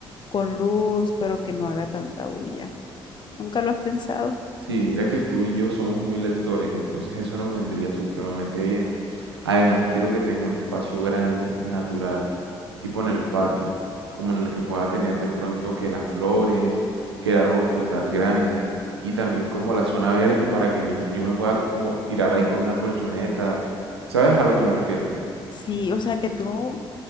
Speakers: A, on the left; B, on the right.
A: con luz, pero que no haga tanta bulla. ¿Nunca lo has pensado?
B: Sí, mira que tú y yo somos muy lectores, entonces eso nos vendría supremamente bien. Además, quiero que tenga un espacio grande, natural, tipo en el patio, como en el que pueda tener de pronto que las flores, que el árbol frutal grande y también como la zona verde para que yo, yo me pueda como tirar ahí con una colchoneta. ¿Sabes a lo que me refiero?
A: Sí, o sea que tú,